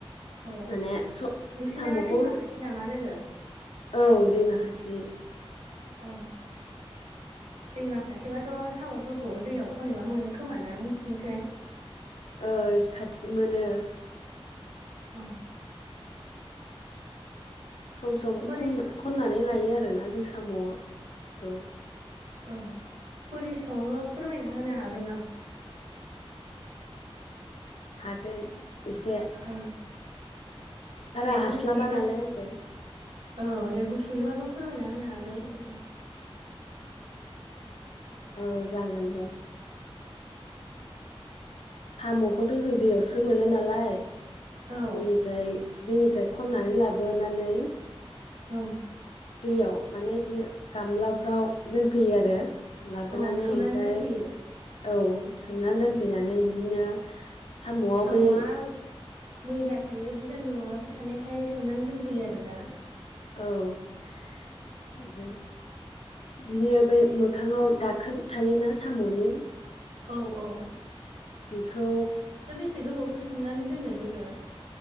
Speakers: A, on the right; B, on the left.
A: औ
B: माने स
A: नोंसिना
B: सामुखौखौ
A: दैमा खाथि नामा लोगो?
B: औ दैमा खाथि
A: अ। दैमा खाथिबाथ' साम'फोरखौ दैयाव खनबा मोनो खोमााना नोंसिनिख
B: ओ खाथि मोनो
A: अ।
B: सम सम
A: बोरै
B: खम खननानै लायो आरोोना जों साम'खौ।
A: औ बोरै सङो फोरमायना होनो हागोन नामा?
B: हागोन एसे।
A: औ
B: बारा
A: दे
B: हास्लाबा
A: गुसुङैबा
B: नालाय आंबो।
A: औ दे गुसुङैबाबो फोरमायना होनो हागोन।
B: औ जागोन दे। साम'खौथ' जों दैयावसो मोनो नालाय
A: औ
B: बेनिफ्राय दैनिफ्राय खननानै लाबोनानै
A: औ।
B: दैयाव माने बिदिनो गामलाफ्राव दोनफैयो आरो। लाबोनानै
A: औ सोमनानै
B: ओमफ्राय
A: दोनफैयो
B: औ सोमनानै दोनफैनानै बिदिनो साम'आव
A: साम'आ
B: बै
A: मैला थायो बिजानु माबाफोर थानायखाय सोमनानै दोनफैयो आरो ना।
B: औ ओमफ्राय बिदिनो बै मोखाङाव दाखोन थायोना साम'नि
A: औ औ।
B: बेखौ
A: एसे गोबावसो सोमनानै दोनो लोगो?